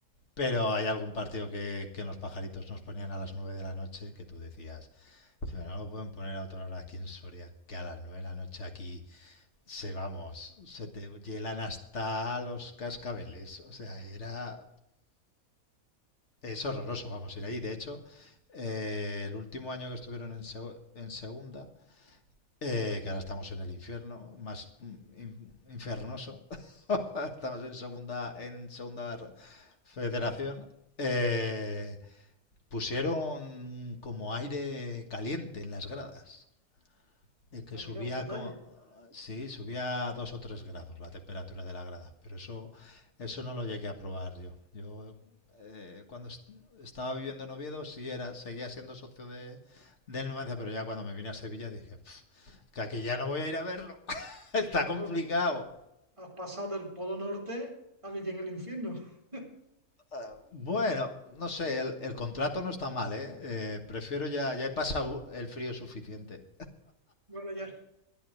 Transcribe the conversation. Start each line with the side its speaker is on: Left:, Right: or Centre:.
Left: Pero hay algún partido que, que en los pajaritos nos ponían a las 9 de la noche que tú decías, pero no lo pueden poner a otra hora aquí en Soria, que a las 9 de la noche aquí se vamos, se te hielan hasta los cascabeles. O sea, era. Es horroroso, vamos, ir ahí. De hecho, eh, el último año que estuvieron en, seg en segunda, eh, que ahora estamos en el infierno, más mm, in infernoso, <laughs> estamos en segunda, en segunda federación. Eh, Pusieron como aire caliente en las gradas, eh, que
Right: Pero
Left: subía
Right: mira, un detalle.
Left: como... Sí, subía a dos o tres grados la temperatura de la grada, pero eso, eso no lo llegué a probar yo. Yo eh, cuando est- estaba viviendo en Oviedo sí era, seguía siendo socio de, del Numancia, pero ya cuando me vine a Sevilla dije, "Pf, que aquí ya no voy a ir a verlo. <laughs> Está
Right: Pero
Left: complicado.
Right: luego que has pasado del Polo Norte a vivir en el infierno. <laughs>
Left: Eh, Bueno, no sé, el, el contrato no está mal, ¿eh? Eh, prefiero ya, ya he pasado el frío suficiente.
Right: Bueno, ya.